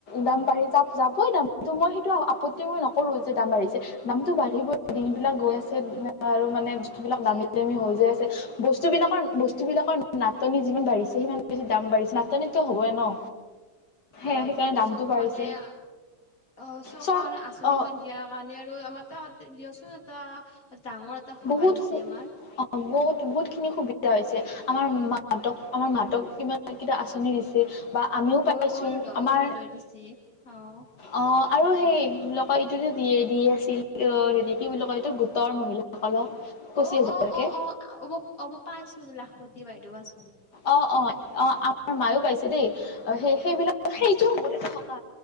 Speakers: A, on the left; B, on the left.
A: দাম বাঢ়ি যাব -যাবই দাম তো মই তেয় আপত্তি মই নকৰো যে দাম বাঢ়িছে দামটো বাঢ়িবই দিনবিলাক গৈ আছে দিনে আৰু মানে
B: অ',
A: বস্তু বিলাক দামি
B: যিহেতু
A: -দামি হৈ যাই
B: অ',
A: আছে বস্তু বিলাকৰ বস্তু বিলাকৰ নাটনি যিমান বাঢ়িছে সিমান বেছি দাম বাঢ়িছে নাটনিটো হ'বই ন'। সেয়া
B: অহ,
A: সেইকাৰণে
B: যিহেতু
A: দামটো
B: চৰকাৰখনে
A: বাঢ়িছে
B: এয়া অহ, চৰকাৰ
A: চৰ
B: খনে আঁচনিখন
A: অ',
B: দিয়াৰ কাৰণে আৰু আমাৰ <unintelligible> দিয়চোন এটা ডাঙৰ এটা সহায়
A: বহুত
B: হৈছি
A: অ',
B: আমাৰ।
A: বহুত খিনি সুবিধা হৈছে আমাৰ মাহতক আমাৰ মাহতক কিমান কেটা আঁচনি দিছে। বা আমিও পাইছো
B: অ', অৰুণোদয়
A: আমাৰ
B: অৰুণোদয় দিছে। অ',
A: অহ। আৰু সেই বুলি কয় এইটোযে দিয়ে দি আছিল ইয় হেৰি কি বুলি কয় এইটোক গোটৰ মহিলাসকলক। পঁচিছ
B: অ', -
A: হাজাৰকে
B: অ', - অ', -অ', অব পাইছো লাখমতি বাইদেউ বাচ।
A: অহ - অহ-অহ আমাৰ মাইও পাইছে দেই অ', সেই -সেইবিলাক সেইটোও
B: অ',
A: বহুত এটা থকা